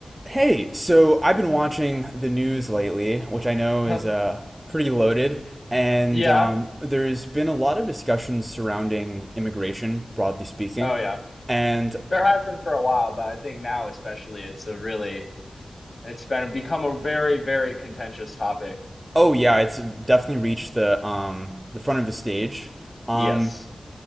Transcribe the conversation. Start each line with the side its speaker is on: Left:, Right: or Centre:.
Right: Hey, so I've been watching the news lately, which I know
Left: <laughs>
Right: is uh, pretty loaded, and
Left: Yeah.
Right: um, there's been a lot of discussions surrounding immigration, broadly speaking.
Left: Oh, yeah.
Right: And
Left: There has been for a while, but I think now especially it's a really it's been become a very, very contentious topic.
Right: oh yeah, it's definitely reached the um, the front of the stage. Um,
Left: Yes.